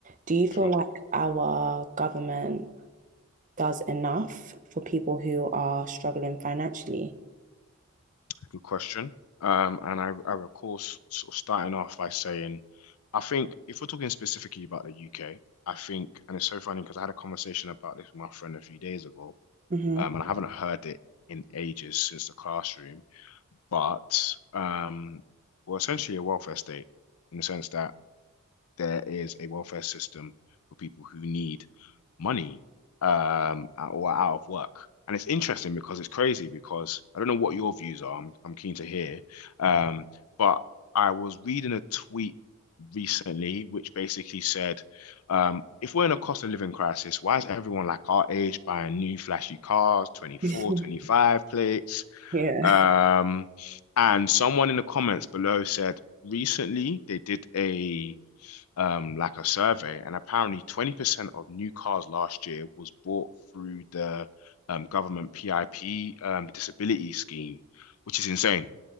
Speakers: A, on the right (about 35°); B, on the left (about 80°).
A: Do you feel
B: Sure.
A: like our government does enough for people who are struggling financially?
B: Good question. Um, and I, I recall s- sort of starting off by saying, I think if we're talking specifically about the UK, I think, and it's so funny because I had a conversation about this with my friend a few days ago,
A: hmm
B: um, and I haven't heard it in ages since the classroom, but um, we're essentially a welfare state in the sense that there is a welfare system for people who need money um, or are out of work. And it's interesting because it's crazy because I don't know what your views are. I'm, I'm keen to hear. Um, but I was reading a tweet recently which basically said, um, if we're in a cost of living crisis, why is everyone like our age buying new flashy cars, 24,
A: <laughs>
B: twenty five plates?
A: Yeah.
B: Um, and someone in the comments below said, recently they did a um, like a survey, and apparently 20% of new cars last year was bought through the um, government PIP um, disability scheme, which is insane.